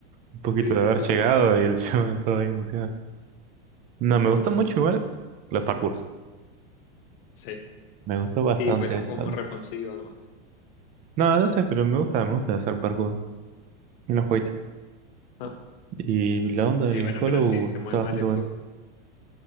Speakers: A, on the right; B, on the left.
A: Un poquito
B: Sí,
A: de
B: sí,
A: haber
B: sí,
A: llegado
B: sí, sí.
A: y el <laughs> chaval todo ahí muteado. No,
B: <laughs>
A: me gustó mucho igual los parkours.
B: Sí,
A: Me gustó bastante
B: sí, pues es
A: ese
B: un juego
A: pato.
B: muy responsivo además.
A: No, no sé, pero me gusta, me gusta hacer parkour en los jueguitos.
B: Ah,
A: Y la onda del
B: Y bueno,
A: Hollow
B: pero si se mueve
A: está bastante
B: mal el
A: buena.
B: juego.